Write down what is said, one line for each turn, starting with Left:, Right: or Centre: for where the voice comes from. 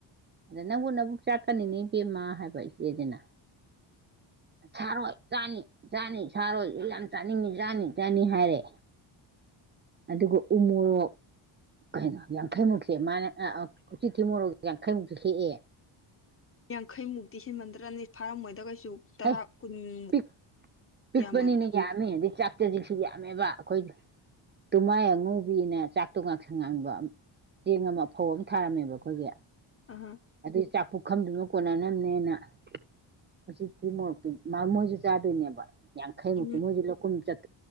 Right: ꯑꯗ ꯅꯪꯕꯨ ꯅꯕꯨꯛ ꯆꯥꯛꯀꯅꯤꯅꯦ ꯏꯕꯦꯝꯃ ꯍꯥꯏꯕ ꯏꯆꯦꯗꯅ ꯁꯥꯔꯣꯏ ꯆꯥꯅꯤ ꯆꯥꯅꯤ ꯁꯥꯔꯣꯏ ꯌꯥꯝ ꯆꯥꯅꯤꯡꯉꯤ ꯆꯥꯅꯤ ꯆꯥꯅꯤ ꯍꯥꯏꯔꯦ ꯑꯗꯨꯒ ꯎ ꯃꯣꯔꯣꯛ ꯀꯩꯅꯣ ꯌꯥꯡꯈꯩꯃꯨꯛꯁꯦ ꯃꯥꯅ ꯎꯆꯤꯊꯤ ꯃꯣꯔꯣꯛꯁꯦ ꯌꯥꯡꯈꯩꯃꯨꯛꯁ ꯍꯦꯛꯑꯦ
Left: ꯌꯥꯡꯈꯩ ꯃꯨꯛꯇꯁꯤ ꯃꯟꯔꯥꯅꯤ ꯐꯥꯔꯃꯣꯏꯗ ꯀꯩꯁꯨ ꯁꯨ ꯇꯔꯥ
Right: ꯍꯩ
Left: ꯀꯨꯟꯃꯨ
Right: ꯄꯤꯛ ꯄꯤꯛꯄꯅꯤꯅ
Left: ꯌꯥꯝꯂꯕ꯭ꯔ
Right: ꯌꯥꯝꯃꯦ ꯑꯗꯩ ꯆꯥꯛ ꯆꯖꯤꯛꯁꯨ ꯌꯥꯝꯃꯦꯕ ꯑꯩꯈꯣꯏꯗ ꯇꯨꯃꯥꯏ ꯑꯉꯧꯕꯤꯅ ꯆꯥꯛꯇꯣ ꯉꯥꯡꯁꯪ ꯉꯥꯡꯕ ꯆꯦꯡ ꯑꯃ ꯑꯐꯧ ꯑꯃ ꯊꯥꯔꯝꯃꯦꯕ ꯑꯩꯈꯣꯏꯒꯤ
Left: ꯑꯍ
Right: ꯑꯗꯨꯩ ꯆꯥꯛꯐꯨ ꯈꯝꯗꯨꯅ ꯀꯣꯟꯅꯅꯕꯅꯦꯅ ꯃꯁꯤꯁꯤ ꯀ ꯃꯨꯔꯇ ꯃꯥ ꯃꯣꯏꯁꯨ ꯆꯥꯗꯣꯏꯅꯦꯕ ꯌꯥꯡꯈꯩꯃꯨꯛꯛꯇꯦ
Left: ꯎꯝ
Right: ꯃꯣꯏꯁꯨ ꯂꯧꯈꯨꯝ ꯆ